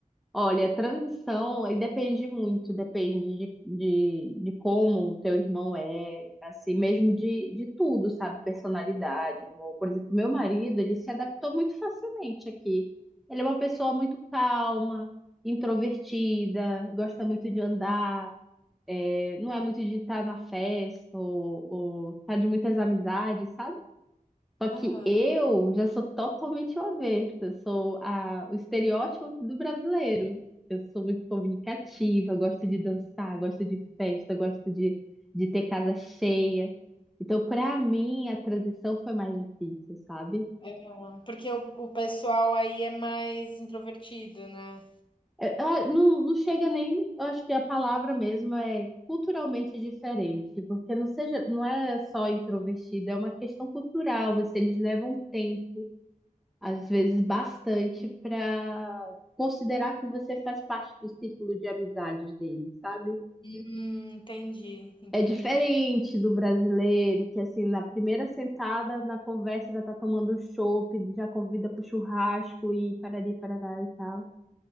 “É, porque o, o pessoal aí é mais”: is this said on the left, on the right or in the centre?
Left